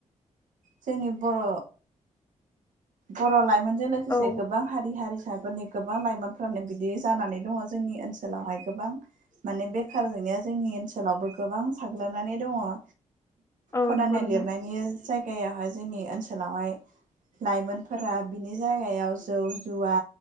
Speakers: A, on the right; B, on the left.
A: जोंनि बर' बर' लाइमोनजों लोगोसे
B: औ
A: गोबां हारि हारिसाफोरनि गोबां लाइमोनफ्रानो बिदि जानानै दङ जोंनि ओनसोलावहाय गोबां माने बेखार जोंनाया जोंनि ओनसोलावबो गोबां साग्लोबनानै दंङ।
B: औ
A: फरायनाय
B: नंगौ नोंथां
A: लिरनायनि जायगायावाहाय जोंनि ओनसोलावहाय लाइमोनफोरा बिनि जायगायाव जौ जुवा